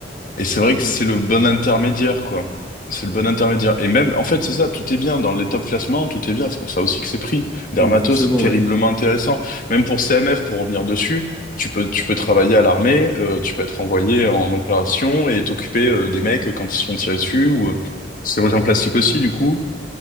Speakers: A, on the left; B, on the left.
A: Et c'est vrai que
B: Ouais.
A: c'est le bon intermédiaire, quoi. C'est le bon intermédiaire. Et même, en fait, c'est ça, tout est bien. Dans les top classements, tout est bien. C'est pour ça aussi que c'est pris. Dermato,
B: Oui, forcément,
A: c'est terriblement
B: ouais.
A: intéressant. Même pour CMF, pour revenir dessus, tu peux, tu peux travailler à l'armée, euh, tu peux être envoyé en opération et t'occuper euh, des mecs quand ils se font tirer dessus, ou euh, chirurgien plastique aussi, du coup.